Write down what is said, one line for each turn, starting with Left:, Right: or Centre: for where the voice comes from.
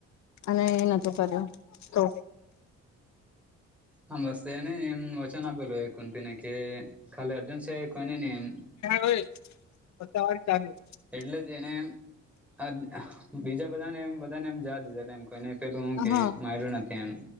Left: અને એ નતું કર્યું તો
Centre: હમ્મ <unintelligible> કુંતી ને કે ખાલી અર્જુન સિવાય કોઈ ને નહીં
Left: <unintelligible>
Centre: એટલે જ એને એમ આદ બીજા બધાને એમ બધાને એમ જવા દીધેલા એમ કોઇને પેલું હું કેય
Left: હા
Centre: માર્યું નથી એમ